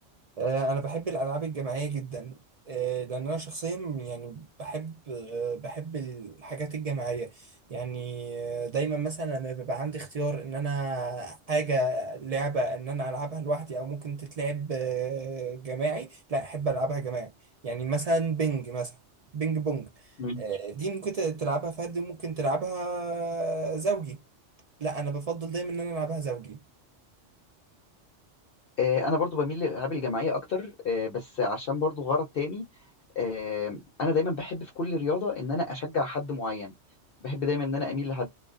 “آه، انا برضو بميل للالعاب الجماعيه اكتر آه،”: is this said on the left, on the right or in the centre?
Left